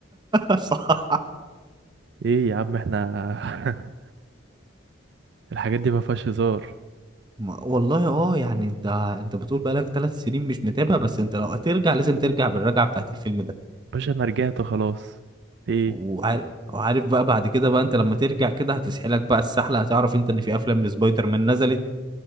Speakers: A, on the right; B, on the right.
A: <laughs> صح
B: ايه يا عم احنا <laughs> الحاجات دي ما فيهاش هزار
A: ما- والله اه يعني انت انت بتقول بقالك ثلاث سنين مش متابع بس انت لو هترجع لازم ترجع بالرجعه بتاعت الفيلم ده
B: باشا انا رجعت خلاص ايه
A: وعارف وعارف بقى بعد كده بقى انت لما ترجع كده هتسحلك بقى السحله هتعرف انت ان في افلام لسبايدر مان نزلت